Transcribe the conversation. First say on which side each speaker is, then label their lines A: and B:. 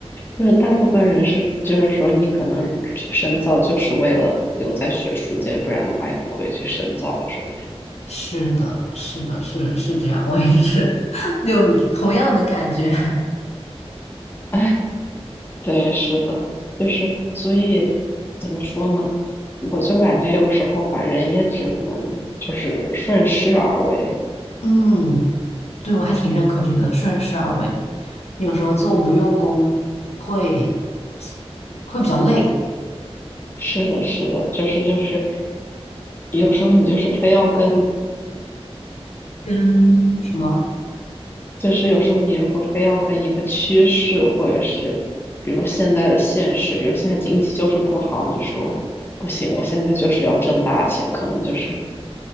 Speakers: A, on the left; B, on the left.
A: 就是大部分人是，就是说你可能去深造就是为了留在学术界，不然的话也不会去深造，是不是？
B: 是的，是的，是是这样，我也是 <laughs> 有同样的感觉。<laughs>
A: <laughs> 哎，对，是的，就是所以怎么说呢？我就感觉有时候吧，人也只能就是顺势而为。
B: 嗯，对，我还挺认可这个顺势而为。有时候做无用功会会比较累，
A: 是的，是的，就是就是，有时候你就是非要跟
B: 跟什么？
A: 就是有时候你如果非要跟一个趋势，或者是比如现在的现实，比如现在经济就是不好，你说不行，我现在就是要挣大钱，可能就是